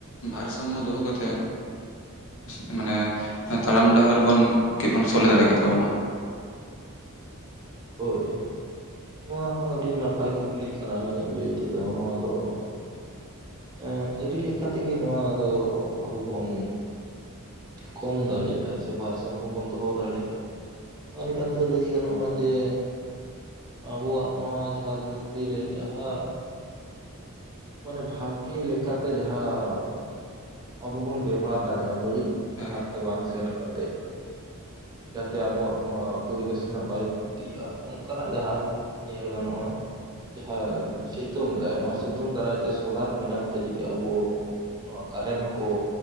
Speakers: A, on the left (about 65°); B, on the right (about 20°).
A: ᱵᱷᱟᱨᱥᱟᱢᱢᱚ ᱫᱚᱦᱚ ᱠᱟᱛᱮᱫ ᱮᱸ ᱢᱟᱱᱮ ᱛᱟᱲᱟᱢ ᱰᱟᱦᱟᱨ ᱵᱚᱱ ᱠᱮᱵᱚᱱ ᱥᱚᱞᱦᱮ ᱫᱟᱲᱮ ᱠᱮᱛᱟᱵᱚᱱᱟ ᱾
B: ᱦᱳᱭ ᱱᱚᱣᱟ ᱦᱚᱸ ᱟᱹᱰᱤ ᱱᱟᱯᱟᱭ ᱠᱩᱠᱞᱤ ᱠᱟᱱᱟ ᱤᱧᱟᱹᱜ ᱞᱟᱹᱭ ᱛᱮᱫᱚ ᱱᱚᱣᱟ ᱫᱚ᱾ ᱮᱸ ᱟᱹᱰᱤ ᱞᱮᱠᱟ ᱛᱮᱜᱮ ᱱᱚᱣᱟ ᱫᱚ ᱟᱵᱚ ᱵᱚᱱ ᱠᱚᱢ ᱫᱟᱲᱮᱭᱟᱜᱼᱟ ᱥᱮ ᱵᱷᱟᱨ ᱥᱟᱢᱢᱚ ᱵᱚᱱ ᱫᱚᱦᱚ ᱫᱟᱲᱮᱭᱟᱜᱼᱟ ᱚᱱᱟ ᱞᱮᱠᱟ ᱛᱮᱫᱚ ᱞᱟᱹᱭ ᱜᱟᱱᱚᱜᱼᱟ ᱡᱮ ᱟᱵᱚᱣᱟᱜ ᱱᱚᱣᱟ ᱡᱟᱦᱟᱸ ᱫᱷᱟᱹᱨᱛᱤ ᱨᱮ ᱡᱟᱦᱟᱸ ᱢᱟᱱᱮ ᱵᱷᱟᱜᱮ ᱞᱮᱠᱟᱛᱮ ᱡᱟᱦᱟᱸ ᱟᱵᱚ ᱵᱚᱱ ᱵᱮᱵᱚᱦᱟᱨ ᱫᱟᱲᱮᱭᱟᱜᱼᱟ᱾ ᱵᱟᱹᱲᱤᱡ ᱰᱟᱦᱟᱨ
A: ᱦᱮᱸ
B: ᱛᱮ ᱵᱟᱝ ᱥᱮᱨ ᱠᱟᱛᱮᱫ᱾ ᱡᱟᱛᱮ ᱟᱵᱚᱣᱟᱜ ᱱᱚᱣᱟ ᱯᱚᱨᱤᱵᱮᱥ ᱨᱮᱱᱟᱜ ᱵᱟᱭ ᱠᱷᱚᱛᱤᱜᱼᱟ ᱱᱚᱝ ᱠᱟᱱᱟᱜ ᱡᱟᱦᱟᱸ ᱧᱮᱞ ᱜᱟᱱᱚᱜᱼᱟ, ᱡᱟᱦᱟᱸ ᱥᱤᱛᱩᱝ ᱫᱟᱭ ᱱᱚᱣᱟ ᱥᱤᱛᱩᱝ ᱫᱟᱨᱟᱭ ᱛᱮ ᱥᱳᱞᱟᱨ ᱯᱮᱱᱮᱞ ᱛᱮ ᱡᱩᱫᱤ ᱟᱵᱚ ᱱᱚᱣᱟ ᱠᱟᱨᱮᱱ ᱠᱚ